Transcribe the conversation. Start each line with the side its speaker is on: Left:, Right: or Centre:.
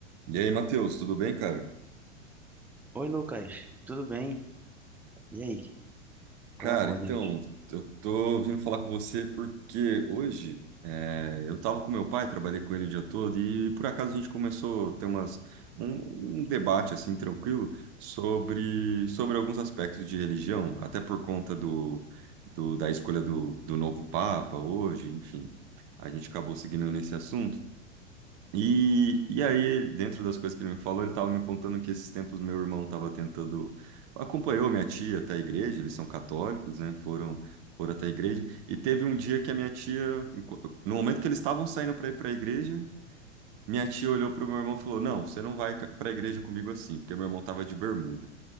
Right: E aí, Matheus, tudo bem, cara?
Centre: Oi, Lucas, tudo bem? E aí,
Right: Cara,
Centre: qual é a boa
Right: então,
Centre: de hoje?
Right: eu tô vindo falar com você porque hoje é, eu tava com meu pai, trabalhei com ele o dia todo e por acaso a gente começou a ter umas, um, um debate assim tranquilo sobre, sobre alguns aspectos de religião, até por conta do, do- da escolha do, do novo Papa hoje, enfim. A gente acabou seguindo nesse assunto. E, e aí, ele- dentro das coisas que ele me falou, ele estava me contando que esses tempos meu irmão estava tentando. Acompanhou minha tia até a igreja, eles são católicos, né? Foram, foram até a igreja. E teve um dia que a minha tia, enqu- no momento que eles estavam saindo para ir para a igreja, minha tia olhou para o meu irmão e falou: Não, você não vai para a igreja comigo assim, porque meu irmão estava de bermuda.